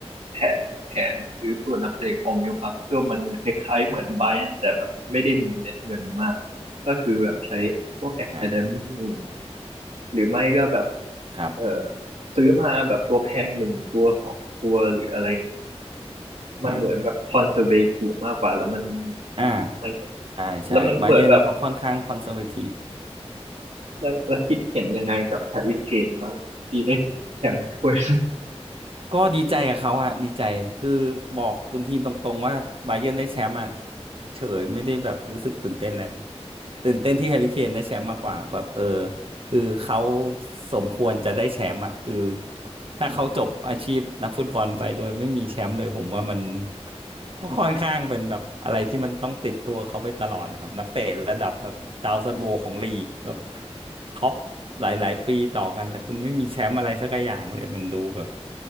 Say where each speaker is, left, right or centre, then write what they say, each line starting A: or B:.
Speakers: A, on the right; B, on the right.
A: แผนแผนซื้อตัวนักเตะของนิวคาสเซิลมันคล้ายๆเหมือนไบรอันแต่แบบไม่ได้มีเม็ดเงินมากก็คือแบบใช้พวก a
B: อ่ะ
A: อ a d เดมี่หรือไม่ก็แบบ
B: ครับ
A: เออซื้อมาแบบตัวแพงหนึ่งตัวสองตัวหรืออะไรมันเหมือนแบบคอนเซอร์เวทีฟมากกว่าแล้วมัน
B: อ่ะอ่า
A: มัน
B: ใช่ใช่บาเยิร์นเขาค่อนข้างคอนเซอร์เวทีฟ
A: แล้วมันเหมือนแบบแล้วแล้วคิดเห็นยังไงกับแฮร์รี่เคนบ้างที่ได้แชมป์ <laughs> ถ้วย
B: ก็ดีใจกับเขาอะดีใจคือบอกคุณทีมตรงๆว่าบาเยิร์นได้แชมป์อะเฉยไม่ได้แบบรู้สึกตื่นเต้นอะไรตื่นเต้นที่แฮร์รี่เคนได้แชมป์มากกว่าแบบเออคือเขาสมควรจะได้แชมป์อะคือถ้าเขาจบอาชีพนักฟุตบอลไปโดยไม่มีแชมป์เลยผมว่ามัน ก็ค่อนข้างเป็นแบบอะไรที่มันต้องติดตัวเขาไปตลอดนะครับนักเตะระดับแบบดาวซันโวของลีกแบบท็อปหลายๆ ปีต่อกันแต่คุณไม่มีแชมป์อะไรสักอย่างเลยมันดูแบบ